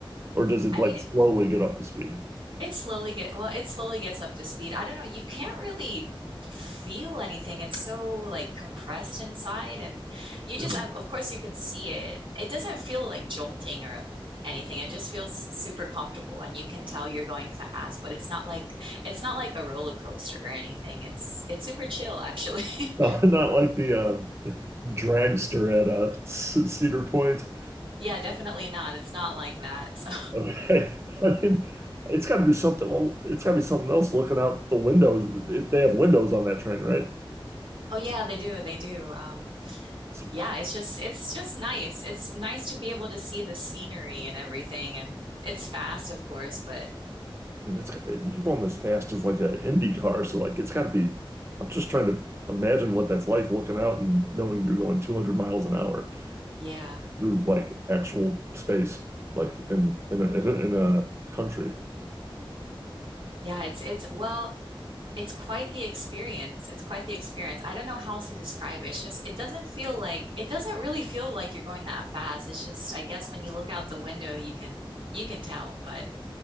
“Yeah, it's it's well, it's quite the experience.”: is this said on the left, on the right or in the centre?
Right